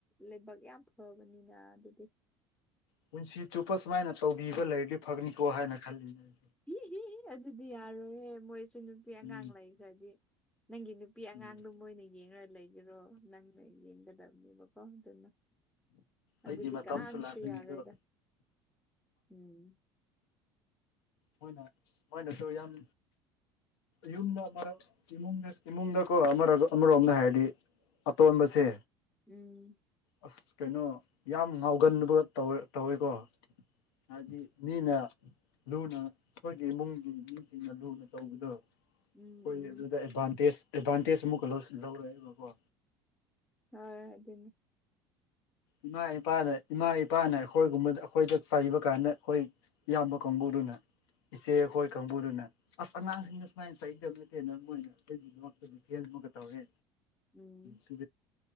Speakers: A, in the centre; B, on the left.
A: ꯂꯥꯏꯕꯛ ꯌꯥꯝ ꯐꯕꯅꯤꯅ ꯑꯗꯨꯗꯤ
B: ꯄꯨꯟꯁꯤ ꯆꯨꯞꯄ ꯁꯨꯃꯥꯏꯅ ꯇꯧꯕꯤꯕ ꯂꯩꯔꯗꯤ ꯐꯒꯅꯤꯀꯣ ꯍꯥꯏꯅ ꯈꯜꯂꯤꯅꯦ
A: ꯏ ꯍ ꯍ ꯑꯗꯨꯗꯤ ꯌꯥꯔꯣ ꯍꯦ ꯃꯣꯏ ꯁ ꯅꯨꯄꯤ ꯑꯉꯥꯡ
B: ꯎꯝ
A: ꯂꯩꯈ꯭ꯔꯗꯤ ꯅꯪꯒꯤ ꯅꯨꯄꯤ ꯑꯉꯥꯡꯗꯨ
B: ꯎꯝ
A: ꯃꯅ ꯌꯦꯡꯉ ꯂꯩꯒꯔꯣ ꯅꯪꯅ ꯌꯦꯡꯒꯗꯕꯅꯦꯕꯀꯣ ꯑꯗꯨꯅ ꯑꯗꯨꯗꯤ
B: ꯑꯩꯒꯤ ꯃꯇꯝꯁꯨ
A: ꯀꯅꯥꯁꯨ
B: ꯂꯥꯛꯀꯅꯤ
A: ꯌꯥꯔꯣꯏꯗ
B: ꯑꯗꯨꯒ
A: ꯎꯝ
B: ꯍꯣꯏꯅ ꯃꯣꯏꯅꯁꯨ ꯌꯥꯝ ꯌꯨꯝꯗꯃꯨꯡꯗ ꯀꯣ ꯑꯃ ꯑꯃꯔꯣꯝꯗ ꯍꯥꯏꯔꯗꯤ ꯑꯇꯣꯟꯕꯁꯦ
A: ꯎꯝ
B: ꯑꯁ ꯀꯩꯅꯣ ꯌꯥꯝ ꯉꯥꯎꯒꯟꯕ ꯇꯧ ꯇꯧꯋꯦꯀꯣ ꯍꯥꯏꯗꯤ ꯃꯤꯅ ꯂꯨꯅ ꯑꯩꯈꯣꯏꯒꯤ ꯏꯃꯨꯡꯒꯤ ꯃꯤꯁꯤꯡꯅ ꯂꯨꯅ ꯇꯧꯕꯗꯣ
A: ꯎꯝ
B: ꯍꯣꯏ
A: ꯎꯝ
B: ꯑꯗꯨꯗ ꯑꯦꯗꯚꯥꯟꯇꯦꯖ ꯑꯦꯗꯚꯥꯟꯇꯦꯖ ꯑꯃꯨꯛꯀ ꯂꯧꯔꯑꯦꯕꯀꯣ
A: ꯍꯣꯏ ꯑꯗꯨ ꯑꯗꯨꯅꯤ
B: ꯏꯃꯥ ꯏꯄꯥꯅ ꯏꯃꯥ ꯏꯄꯥꯅ ꯑꯩꯈꯣꯏꯒꯨꯝꯕꯗ ꯑꯩꯈꯣꯏꯗ ꯆꯩꯕ ꯀꯥꯟꯗ ꯑꯩꯈꯣꯏ ꯏꯌꯥꯝꯕ ꯀꯥꯡꯕꯨꯗꯨꯅꯦ ꯏꯆꯦꯈꯣꯏ ꯀꯥꯡꯕꯨꯗꯨꯅ ꯑꯁ ꯑꯉꯥꯡꯁꯤꯡꯅ ꯁꯨꯃꯥꯏꯅ ꯆꯥꯗꯕ ꯅꯠꯇꯦ ꯅꯣꯏꯅ ꯑꯩꯒꯤꯗꯃꯛꯇꯗꯤ ꯑꯃꯒ ꯇꯧꯔꯦ
A: ꯎꯝ
B: ꯁꯤ